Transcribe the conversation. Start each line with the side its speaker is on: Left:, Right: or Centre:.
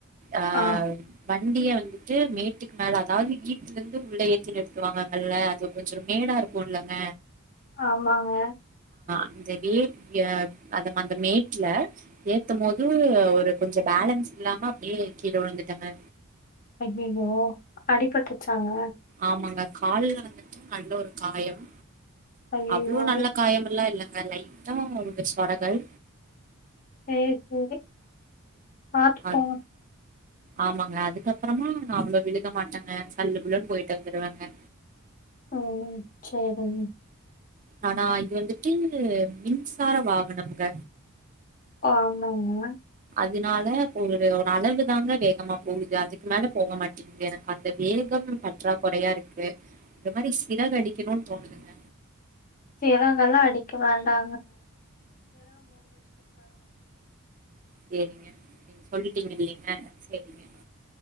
Right: ஆஹ்
Left: ஆ
Right: வண்டிய வந்துட்டு மேட்டுக்கு மேல அதாது வீட்டுல இருந்து உள்ள ஏத்தி நிருத்துவாங்ககல்ல அது கொஞ்ஜோ மேடா இருக்கு இல்லங்க
Left: ஆமாங்க
Right: அந்த <unintelligible> அந்த மேட்ல ஏத்தும் போது ஒரு கொஞ்ஜோ பேலன்ஸ் இல்லாம அப்டியே கீழ விழுந்துடோங்க
Left: ஐயயோ அடிபட்ருச்சாங்க
Right: ஆமாங்க கால்ல வந்துட்டு நல்ல ஒரு காயம்
Left: ஐயய்யோ!
Right: அவ்ளோ நல்ல காயம்லா இல்லங்க அலை <unintelligible> சொரகள்
Left: சேரி சேரி பாத்துப்
Right: அது
Left: போங்க
Right: ஆமாங்க அதுக்கப்றமா நா அவ்ளோ விழுக மாட்டேங்க சல்லு புள்ளுன்னு பொயிட்டு வந்துருவேங்க
Left: உம் சேரிங்க
Right: ஆனா இது வந்துட்டு மின்சார வாகனம்ங்க
Left: ஆமாங்க
Right: அதனால ஒரு ஒரு அளவு தாங்க வேகமா போகுது அதுக்கு மேல போக மாட்டிங்து எனக்கு அந்த வேகம் பற்றாக்குறையா இருக்கு அந்த மாரி சிறகு அடிக்கணுனு தோணுதுங்க
Left: சிறகுலா அடிக்க வேண்டா
Right: சேரிங்க நீங்க சொல் சொல்லிட்டீங்க இல்லைங்க சேரிங்க